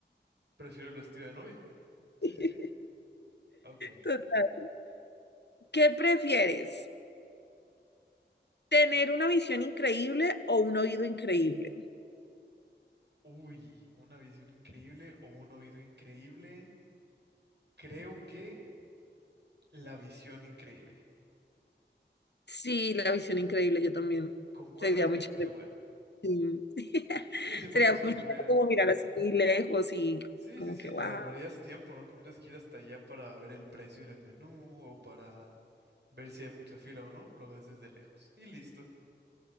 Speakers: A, on the right (about 70°); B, on the left (about 70°).
A: Prefiero el vestido de novia. Sí,
B: <laughs>
A: sí, sí. Ok.
B: Total. ¿Qué prefieres? tener una visión increíble o un oído increíble.
A: Uy, una visión increíble o un oído increíble. Creo que La visión increíble.
B: Sí, la visión increíble, yo también.
A: ¿Concuerdas?
B: Sería muy
A: Mira,
B: chévere.
A: qué bueno.
B: sí. <laughs>
A: Sí, sí, porque
B: Sería
A: eso
B: muy
A: podría...
B: chévere como mirar así lejos y
A: Sí,
B: como
A: sí, sí,
B: que,
A: te
B: wow,
A: ahorrarías tiempo, no tendrías que ir hasta allá para ver el precio en el menú o para ver si hay mucha fila o no, lo ves desde lejos. Y listo.